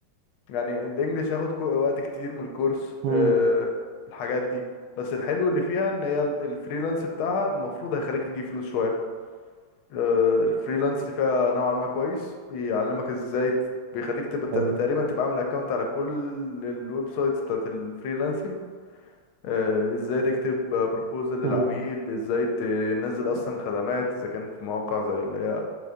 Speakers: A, on the left (about 80°); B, on the right (about 85°).
A: يعني الانجليش هاخد كو- وقت كتير من الكورس
B: مم.
A: أه الحاجات دي بس الحلو اللي فيها ان هي ال- الفريلانس بتاعها المفروض هيخليك تجيب فلوس شوية أه الفريلانس اللي فيها نوعا ما كويس بيعلمك ازاي ت- بيخليك تبقى تبقى
B: حلو
A: تقريبا تبقى عامل اكونت على كل الويب سايتس بتاعت الفريلانسنج أه ازاي تكتب بروبوزل للعميل
B: مم.
A: ازاي تنزل اصلا خدمات اذا كان في مواقع زي اللي هي